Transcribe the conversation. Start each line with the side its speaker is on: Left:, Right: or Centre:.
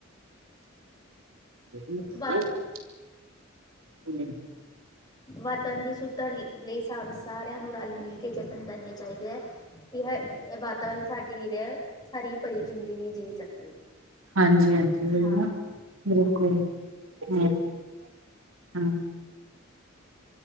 Right: <inaudible>
Left: ਵਾ
Right: ਹਮ <inaudible>
Left: ਵਾਤਾਵਰਨ ਦੇ ਸੂੱਤਾ ਲਈ, ਲਈ ਸਾਨੂੰ ਸਾਰਿਆਂ ਨੂੰ ਰਲ-ਮਿਲ ਕੇ ਯਤਨ ਕਰਨੇ ਚਾਹੀਦੇ ਐ। ਕਿ ਹੈ, ਵਾਤਾਵਰਨ ਸਾਡੀ ਰਹਿ, ਹਰੀ-ਭਰੀ ਜ਼ਿੰਦਗੀ ਜੀ ਸਕੇ।
Right: ਹਾਂਜੀ-ਹਾਂਜੀ, ਓ
Left: ਹਾਂ
Right: ਨਾ '' ਬਿਲਕੁਲ!
Left: ਹਾਂ।
Right: ਹਮ-ਹਮ।